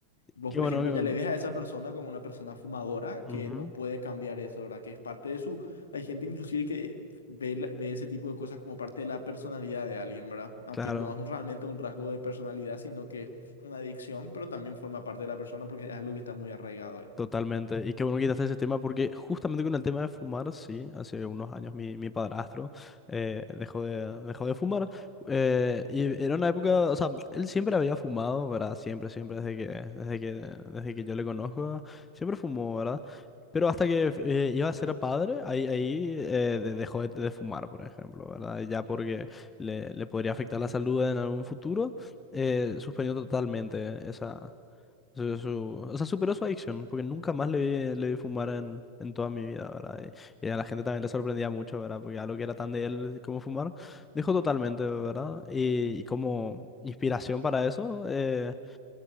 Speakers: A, on the left; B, on the left.
A: Vos,
B: qué
A: por
B: bueno
A: ejemplo,
B: que...
A: ya le ves a esa persona como una persona fumadora que
B: ujú,
A: no puede cambiar eso, ¿verdad? Que es parte de su... Hay gente inclusive que ve, la- ve ese tipo de cosas como parte de la personalidad de alguien, ¿verdad? Aunque
B: claro.
A: no es un- realmente un rasgo de personalidad, sino que es una adicción, pero también forma parte de la persona porque es algo que está muy arraigado a él.
B: Totalmente. Y qué bueno que quitaste ese tema porque justamente con el tema de fumar, sí, hace unos años mi, mi padrastro eh, dejó de, dejó de fumar. eh, y era una época, o sea, él siempre había fumado, ¿verdad? Siempre, siempre, desde que, desde que, desde que yo le conozco, siempre fumó, ¿verdad? Pero hasta que eh, iba a ser padre, ahí, ahí eh, de- dejó de, de fumar, por ejemplo, ¿verdad? Ya porque le, le podría afectar la salud en algún futuro, eh, suspendió totalmente esa... Su- su- o sea, superó su adicción, porque nunca más le, le vi fumar en, en toda mi vida, ¿verdad? Y, y a la gente también le sorprendía mucho, ¿verdad? Porque algo que era tan de él como fumar, dejó totalmente, ¿verdad? Y, y como inspiración para eso, eh,